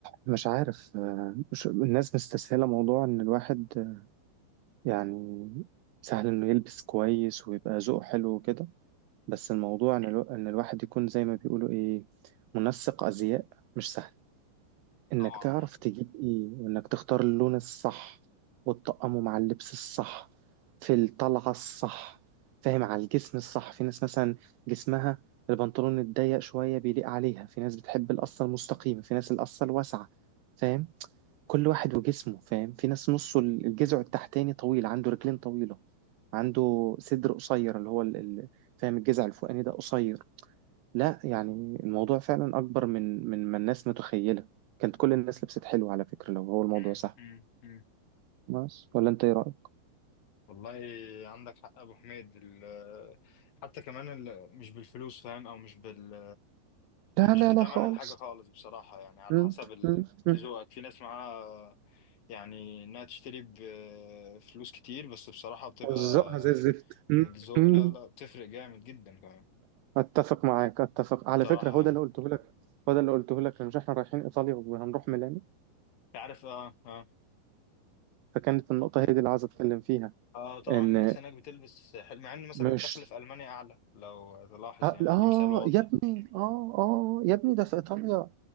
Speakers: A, on the right; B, on the left.
A: مش عارف آه، مش- الناس مستسهلة موضوع إن الواحد آه، يعني سهل إنه يلبس كويس ويبقى ذوقه حلو وكده بس الموضوع إن الو... إن الواحد يكون زي ما بيقولوا إيه منسق أزياء مش سهل إنك
B: طبعا
A: تعرف تجيب إيه وإنك تختار اللون الصح وتطقمه مع اللبس الصح في الطلعة الصح فاهم على الجسم الصح في ناس مثلا جسمها البنطلون الضيق شوية بيليق عليها في ناس بتحب القصة المستقيمة في ناس القصة الواسعة فاهم كل واحد وجسمه فاهم في ناس نصه الجذع التحتاني طويل عنده رجلين طويلة عنده صدر قصير اللي هو ال- ال- فاهم الجذع الفوقاني ده قصير لا يعني الموضوع فعلا أكبر من من ما الناس متخيلة كانت كل الناس لبست حلو على فكرة لو هو الموضوع
B: مم.
A: سهل
B: مم. مم.
A: بس ولا أنت إيه رأيك؟
B: والله عندك حق يا ابو حميد ال- حتى كمان ال- مش بالفلوس فاهم او مش بال
A: لا
B: مش
A: لا
B: بتمن
A: لا خالص
B: الحاجه خالص بصراحه يعني على
A: مم،
B: حسب ال-
A: مم، مم.
B: ذوقك في ناس معاها يعني انها تشتري بفلوس كتير بس بصراحه بتبقى
A: وزقها زي الزفت مم،
B: الذوق
A: مم.
B: لا لا بتفرق جامد جدا كمان
A: اتفق معاك اتفق على
B: بصراحه
A: فكره هو
B: يعني
A: ده اللي قلته لك هو ده اللي قلته لك مش احنا رايحين ايطاليا وهنروح ميلانو
B: أنت عارف اه اه
A: فكانت النقطة هي دي اللي عايز أتكلم فيها
B: اه طبعا
A: إن
B: الناس هناك بتلبس حلو مع ان مثلا
A: مش
B: الدخل في المانيا اعلى لو تلاحظ
A: آه,
B: يعني
A: آه
B: دي مثال واضح
A: يا ابني آه آه يا ابني ده في إيطاليا